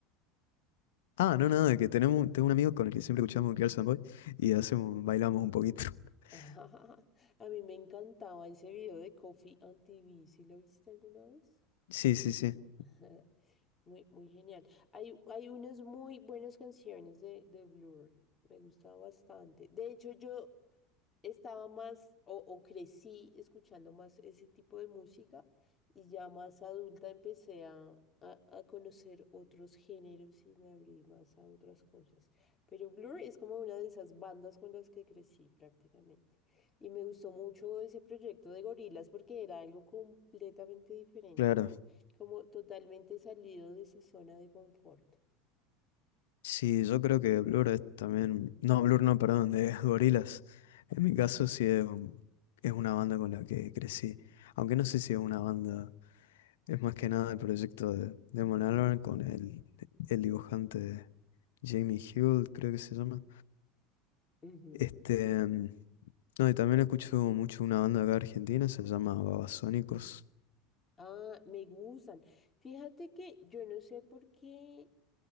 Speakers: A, on the left (about 75°); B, on the left (about 25°).
A: Ah, no, nada, que tenemos, tengo un amigo con el que siempre escuchamos Girls and Boys y hacemos, bailamos un poquito. <laughs>
B: <laughs> A mí me encantaba ese video de Coffee on TV. ¿Sí lo viste alguna vez?
A: Sí, sí, sí,
B: <laughs> Muy, muy genial. Hay, hay unas muy buenas canciones de, de Blur. Me gusta bastante. De hecho, yo estaba más o, o crecí escuchando más ese tipo de música y ya más adulta empecé a, a- a conocer otros géneros y me abrí más a otras cosas. Pero Blur es como una de esas bandas con las que crecí prácticamente. Y me gustó mucho ese proyecto de gorilas porque era algo completamente diferente,
A: claro.
B: como, como totalmente salido de su zona de confort.
A: Sí, yo creo que Blur es también. No, Blur no, perdón, de <laughs> Gorillaz. En mi caso sí es, un- es una banda con la que crecí. Aunque no sé si es una banda. Es más que nada el proyecto de Damon Albarn con el, el dibujante Jamie Hill, creo que se llama.
B: Ujú.
A: Este, mm, no, y también escucho mucho una banda acá argentina, se llama Babasónicos.
B: Ah, me gustan. Fíjate que yo no sé por qué